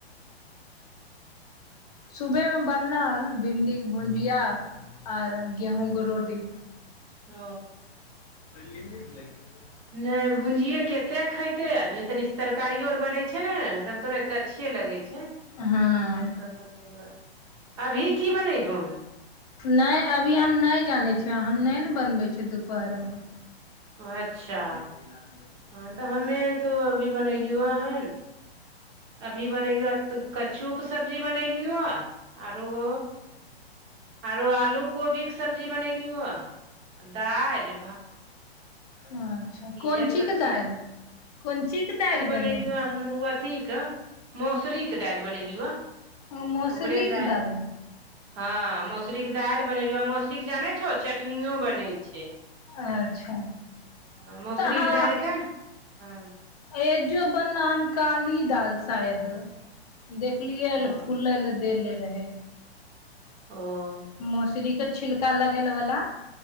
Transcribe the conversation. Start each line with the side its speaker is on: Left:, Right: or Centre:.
Right: <inaudible>
Left: सुबहमे बनल भिण्डीके भुजिया आ गेहूँके रोटी
Right: ओ
Left: लिमीट लागि गेलै
Right: नहि भुंजिये कते खैतै आदमी तनी तरकारियो बन छै ने रमतोरै त अच्छिये लगे छै उएहे
Left: हँ
Right: सब बनेलियै अभी की बनेलहु हन
Left: नहि अभी हम नहि जानै छियै हम नहि ने बनबै छियै दुपहरमे <inaudible>
Right: अच्छा हँ तऽ हमे आर तो अभी बनेलियो हन अभी बनेलियो कचू के सब्जी बनेलियो आओरो आरो आलू कोबी के सब्जी बनेलीयो ह दाल
Left: अच्छा
Right: इएह
Left: कोन चीज
Right: सब
Left: के दालि है कोन ची दालि बने
Right: बनेलियौ हन ओ अथीके मौसरीके दालि बनेलियौ
Left: ओ मोसरीके
Right: ओकरे दालि
Left: दाल
Right: हँ मौसुरी के दालि बनेलिय मौसुरी के जाने छौ चटनियो बनै छै
Left: अच्छा
Right: हँ मसुरीके
Left: तऽ अहाँ
Right: दलिके हँ
Left: एजो बनल हन काली दाल शायद देखलियै
Right: ओ
Left: फुलल लद्देले रहे
Right: ओ
Left: मौसरीके छिलका लगेल बाला